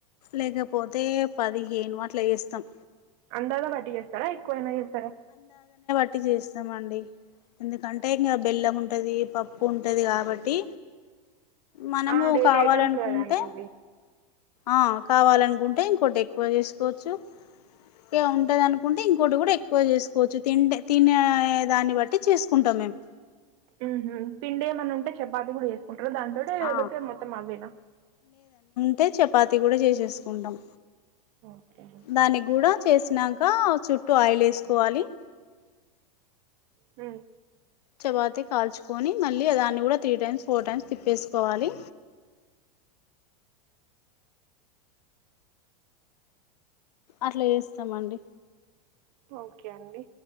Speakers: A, on the left; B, on the right.
A: లేకపోతే పదిహేను అట్లా చేస్తాం
B: అందగ పటి చేస్త సరా ఎక్కువ ఏమయినా చేస్తారా
A: పట్టి చేస్తామండి ఎందుకంటే ఇంకా బెల్లం ఉంటది పప్పు ఉంటది కాబట్టి మనము
B: ఆ డైలీ
A: కావాలనుకుంటే
B: ఐటెమ్స్ కదండి ఇవి
A: ఆ కావాలనుకుంటే ఇంకోటి ఎక్కువ చేసుకోవచ్చు ఇ ఉంటంది అనుకుంటే ఇం కూడా ఎక్కువ చేసుకోవచ్చు తి తినే దాన్ని బట్టి చేసుకుంటాం మేము
B: ఉహు పిండి ఏమన్నా ఉంటే చపాతి కూడా చే స్త ఉంట దానింతోటి యగతే
A: ఆ
B: మొత్తం అవేనా
A: అంటే చపాతి కూడా చేసేసుకుంటాం
B: ఓకే అండి.
A: దాని కూడా చేసినాక ఇంకా చుట్టూ ఆయిల్ వేసుకోవాలి
B: హ
A: చపాతీ కాల్చుకొని మళ్ళీ దాన్ని గూడా త్రీ టైమ్స్, ఫోర్ టైమ్స్, తిప్పేసుకోవాలి. అట్లా ఎస్తామండి.
B: ఒకే అండి.